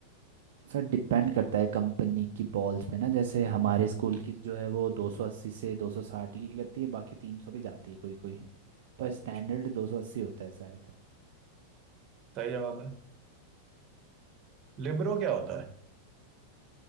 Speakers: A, on the right; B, on the right.
A: सर डिपेंड करता है कंपनी की बॉल्स पे ना जैसे हमारे स्कूल की जो है वो 280 से 260 की करती है बाकी 300 भी जाती है कोई कोई पर
B: अच्छा
A: स्टैंडर्ड 280 होता है शायद
B: सही जवाब है लिबरो क्या होता है